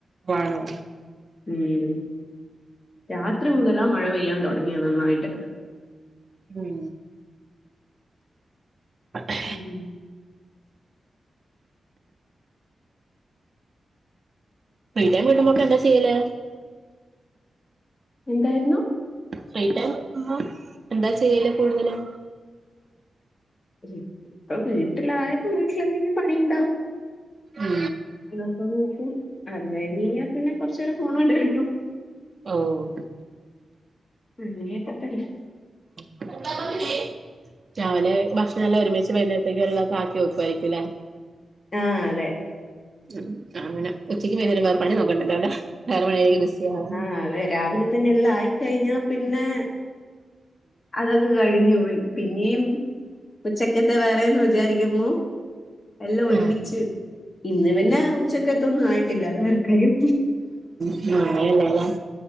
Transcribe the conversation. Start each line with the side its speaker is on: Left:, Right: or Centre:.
Right: ആണോ
Left: ഉം രാത്രി മുതലാ മഴ പെയ്യാൻ തുടങ്ങിയെ നന്നായിട്ട്
Right: ഉം അഹെ
Left: ഉം
Right: ഫ്രീ ടൈം കിട്ടുമ്പോക്കെ എന്താ ചെയ്യല്
Left: എന്തായ്രുന്നു
Right: ഫ്രീ ടൈം കിട്ടുമ്പം എന്താ ചെയ്യല് കൂടുതല്
Left: ഇപ്പ വീട്ടിലായപ്പോ വീട്ടില് എന്തെങ്കിലും പണിണ്ടാവും
Right: ഉം
Left: അതപ്പോ നോക്കും അത് കഴിഞ് കഴിഞ്ഞാൽ പിന്നെ കുറച്ചു നേരം ഫോൺ കണ്ട് കളിക്കും
Right: ഓഹ്
Left: ഉം അങ്ങനെയൊക്കെതന്നെ
Right: <unintelligible> രാവിലെ ഭക്ഷണല്ലാം ഒരുമിച്ച് വൈകുന്നേരത്തേക്കുള്ളതൊക്കെ ആക്കിവക്കു അയിരിക്കുലെ
Left: ആഹ് അതെ
Right: ആഹ് അങ്ങനെ ഉച്ചയ്ക്ക് വൈനെരം വേറെ പണിനോകണ്ടലോലെ വേറെപണികളിൽ ബിസി ആവാൻ
Left: ആഹ് അതെ രാവിലതന്നെ എല്ലാം ആയിക്കഴിഞ്ഞാ പിന്നെ അത അത് കഴിഞ്ഞപോയി പിന്നിയും ഉച്ചക്കത്തെ വേറെന്ന് വിചാരി വിചാരികുന്നു എല്ല ഒരുമിച്ച്
Right: ഉം
Left: ഇന്ന് പിന്നെ ഉച്ചക്കത്തൊന്നായിട്ടില്ല അത് വേറെ. ക്കാര്യം
Right: ഒന്നു ആയില്ലലെ